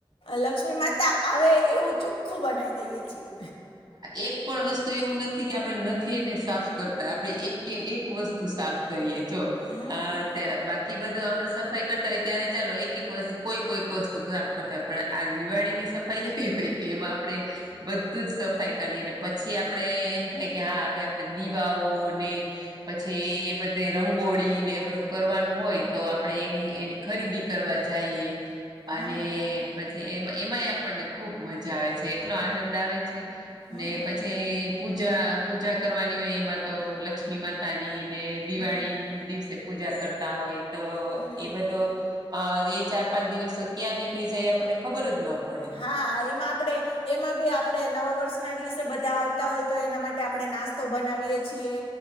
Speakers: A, on the left (about 85°); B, on the right (about 50°).
A: લક્ષ્મી માતા આવે એવું ચોખ્ખું બનાવી દઈય છીએ.
B: એક પણ વસ્તુ એવું નથી કે આપણે નથી એને સાફ કરતા, આપડે એક કે એક વસ્તુ સાફ કરીએ. જો
A: હમ
B: અત બાકી બધું આપડે સફાઈ કરતા હોય ત્યારે ચાલો એક એક વસ્તુ કોઈ વસ્ત તું કરતા હોય, પણ આ દિવાળીની સફાઈ એવી હોય કે એમાં આપડે બધું જ સફ સફાઈ કરી અને પછી આપણે એમ થાય કે હા, હવે આપણે દીવાઓને પછી એ બધે રંગોળી ને એ બધું કરવાનું હોય તો આપડે એની એની ખરીદી કરવા જાઈએ. અને
A: હમ
B: પછી એમાં એમાંય આપણને ખુબ મજા આવે છે, એટલો આનંદ આવે છે.
A: હમ
B: ને પછી પૂજા પૂજા કરવાની હોય એમાં તો લક્ષ્મી માતાની ને દિવાળી
A: હમ હમ
B: ન દિવસે પૂજા કરતા હોય. તો
A: હમ
B: એ બધું અ એ ચાર-પાંચ દિવસ તો ક્યાં નીકળી જાય આપણને ખબર જ ના પડે.
A: હા, એમાં આપડે, એમાં બી આપણે નવા વર્ષના દિવસે બધા આવતા હોય તો એના માટે આપણે નાસ્તા તો બનાવીએ છીએ,